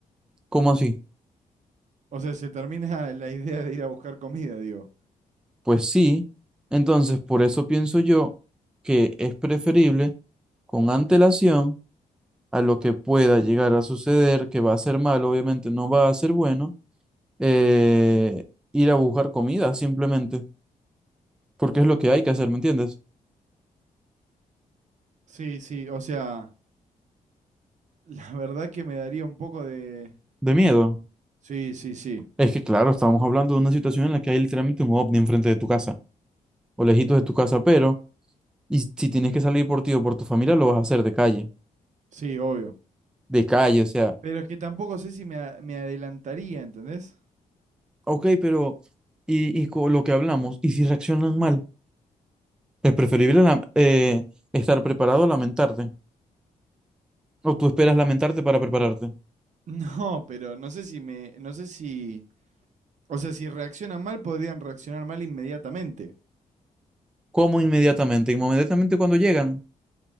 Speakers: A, in the centre; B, on the right.
A: ¿Cómo así?
B: O sea, se termina la idea de ir a buscar comida, digo.
A: Pues sí, entonces por eso pienso yo que es preferible con antelación a lo que pueda llegar a suceder, que va a ser malo, obviamente no va a ser bueno, eh, ir a buscar comida simplemente, porque es lo que hay que hacer, ¿me entiendes?
B: Sí, sí, o sea, la verdad que me daría un poco de,
A: De miedo.
B: Sí, sí, sí.
A: Es que claro, estamos hablando de una situación en la que hay literalmente un ovni enfrente de tu casa, o lejitos de tu casa, pero... Y si tienes que salir por ti o por tu familia, lo vas a hacer de calle,
B: Sí, obvio.
A: de calle, o sea,
B: Pero es que tampoco sé si me, a- me adelantaría, ¿entendés? <laughs>
A: ok, pero, y, y con lo que hablamos, y si reaccionan mal, es preferible la- eh, estar preparado a lamentarte, o tú esperas lamentarte para prepararte.
B: No, pero no sé si me, no sé si, o sea, si reaccionan mal, podrían reaccionar mal inmediatamente.
A: ¿Cómo inmediatamente? Inmediatamente cuando llegan.